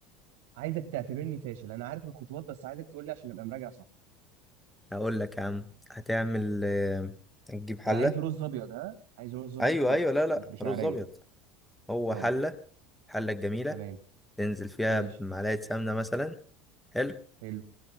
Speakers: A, on the right; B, in the centre.
A: عايزك تعتبرني فاشل انا عارف الخطوات بس عايزك تقول لي عشان ابقى مراجع صح
B: هقول لك يا عم هتعمل آه، هتجيب حله
A: انا عايز رز ابيض ها عايز رز ابيض
B: ايوه
A: خالص
B: ايوه لا لا
A: مش بشعريه
B: رز ابيض هو
A: اه
B: حله الحله الجميله
A: تمام
B: تنزل فيها
A: ماشي
B: بمعلقه سمنه مثلا حلو
A: حلو